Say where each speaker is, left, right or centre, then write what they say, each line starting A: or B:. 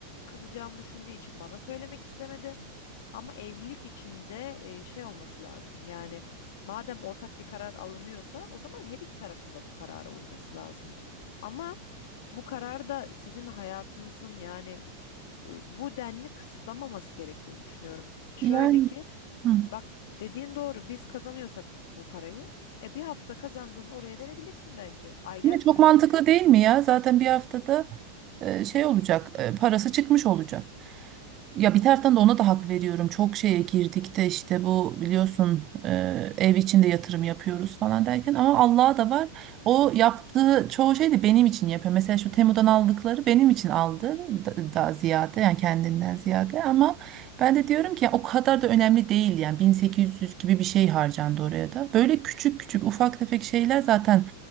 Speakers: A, on the left; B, on the right.
A: Kızacağımı düşündüğü için bana söylemek istemedi. Ama evlilik içinde şey olması lazım. Yani madem ortak bir karar alınıyorsa o zaman her iki tarafın da bu karara uyması lazım. Ama bu karar da sizin hayatınızın yani e, bu denli kısıtlamaması gerektiğini düşünüyorum. Şöyle
B: Yani
A: ki
B: hı.
A: bak dediğin doğru biz kazanıyorsak bu parayı e bir hafta kazandığını oraya verebilirsin bence. Ailen
B: Şimdi çok
A: çünkü.
B: mantıklı değil mi ya? Zaten bir haftada e, şey olacak e, parası çıkmış olacak. Ya bir taraftan da ona da hak veriyorum. Çok şeye girdik de işte bu biliyorsun e, ev içinde yatırım yapıyoruz falan derken ama Allah'a da var. O yaptığı çoğu şey de benim için yapıyor. Mesela şu Temu'dan aldıkları benim için aldı da, daha ziyade yani kendinden ziyade ama ben de diyorum ki ya o kadar da önemli değil yani 1800 gibi bir şey harcandı oraya da. Böyle küçük küçük ufak tefek şeyler zaten